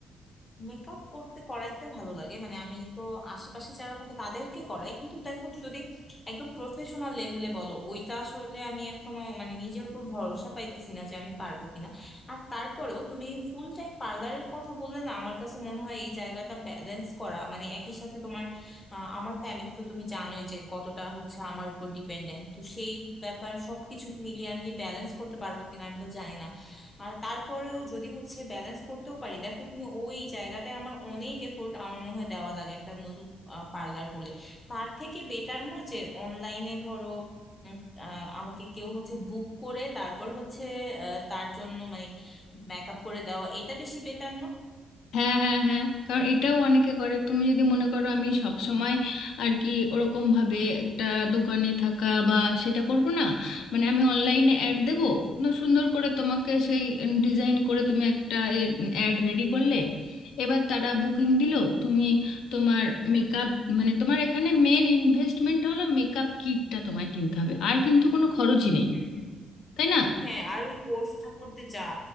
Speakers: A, on the left; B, on the left.
A: মেকআপ করতে করাইতে ভালো লাগে মানে আমি তো আশেপাশে যারা থাকে তাদেরকে করাই কিন্তু দেখো যদি একদম প্রফেশনাল লেভেলে বলো ওইটা আসলে আমি এখনো মানে নিজের উপর ভরসা পাইতেছি না যে আমি পারবো কিনা আর তারপরেও তুমি ফুল টাইম পার্লারের কথা বললে না আমার কাছে মনে হয় এই জায়গাটা ব্যালেন্স করা মানে একই সাথে তোমার আহ, আমার ফ্যামিলি তো তুমি জানোই যে কতটা হচ্ছে আমার উপর ডিপেন্ডেন্ট তো সেই ব্যাপার সবকিছু মিলিয়ে আমি কি ব্যালেন্স করতে পারবো কিনা আমি তো জানি না আর তারপরেও যদি হচ্ছে ব্যালেন্স করতেও পারি দেখো তুমি ওই জায়গাটায় আমার অনেক এফোর্ট আমার মনে হয় দেওয়া লাগে একটা নতুন পার্লার করলে তার থেকে বেটার না যে অনলাইনে ধরো উম, আহ, আমাকে কেউ হচ্ছে বুক করে তারপর হচ্ছে আহ, তার জন্য মানে মেকআপ করে দেওয়া এটা বেশি বেটার না
B: হ্যাঁ হ্যাঁ হ্যাঁ কারণ এটাও অনেকে করে তুমি যদি মনে করো আমি সব সময় আর কি ওরকম ভাবে একটা দোকানে থাকা বা সেটা করব না মানে আমি অনলাইনে অ্যাড দেবো ন সুন্দর করে তোমাকে সেই ডিজাইন করে তুমি একটা অ্যাড রেডি করলে এবার তারা বুকিং দিল তুমি তোমার মেকআপ মানে তোমার এখানে মেন ইনভেস্টমেন্ট হলো মেকআপ কিটটা তোমায় কিনতে হবে আর কিন্তু কোনো খরচই নেই
A: হুম হুম।
B: তাই না
A: হ্যাঁ আর ওই কোর্সটা করতে যা